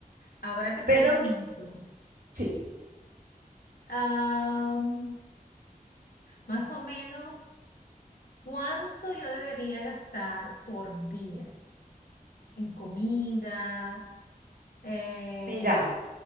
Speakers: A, on the left (about 80°); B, on the right (about 85°).
A: Ahora te pregunto,
B: pero qu- sí,
A: am, más o menos, ¿cuánto yo debería gastar por día en comida, eh,
B: mira,